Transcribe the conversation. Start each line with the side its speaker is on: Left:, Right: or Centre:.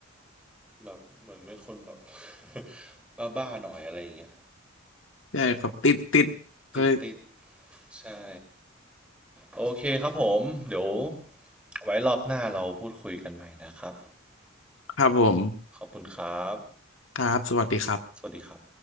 Centre: แบบเหมือนเป็นคนแบบ <laughs> บ้าๆหน่อยอะไรอย่างเงี้ย
Left: ใช่ครับติดติดเคย
Centre: ติดติดๆใช่โอเคครับผมเดี๋ยวไว้รอบหน้าเราพูดคุยกันใหม่นะครับ
Left: <laughs> ครับผม
Centre: ขอบคุณครับ
Left: ครับสวัสดีครับ
Centre: สวัสดีครับ